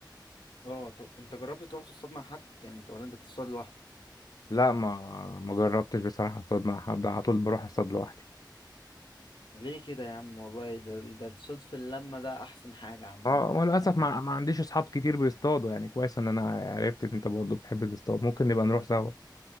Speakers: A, on the left (about 80°); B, on the left (about 50°).
A: اه طب انت جربت تروح تصطاد مع حد يعني انت ولا انت بتصطاد لوحدك
B: لا ما ما جربتش بصراحة اصطاد مع حد على طول بروح اصطاد لوحدي
A: ليه كده يا عم والله ده ده الصيد في اللمة ده أحسن حاجة عامة
B: اه وللأسف
A: أنا
B: ما, ما عنديش أصحاب كتير بيصطادوا يعني كويس إن أنا عرفت إن أنت برضه بتحب تصطاد ممكن نبقى نروح سوا